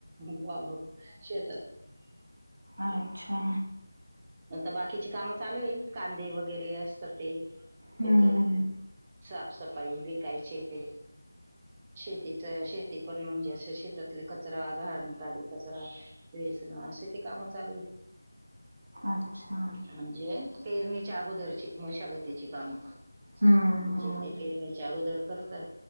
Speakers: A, on the right; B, on the right.
A: वाघ शेतात
B: अच्छा
A: आता बाकीची काम चालू आहे कांदे वगैरे असतात ते
B: हम्म
A: त्याच
B: हम्म
A: साफसफाई विकायची ते शेतीच शेती पण म्हणजे अस शेतातले कचरा घाण काडी कचरा ते ेती काम चालू आहे <unintelligible>
B: अच्छा
A: म्हणजे पेरणीच्या अगोदरची मशागतीची कामं
B: हम्म हम्म
A: जे काय पेरण्याचे अगोदर करतात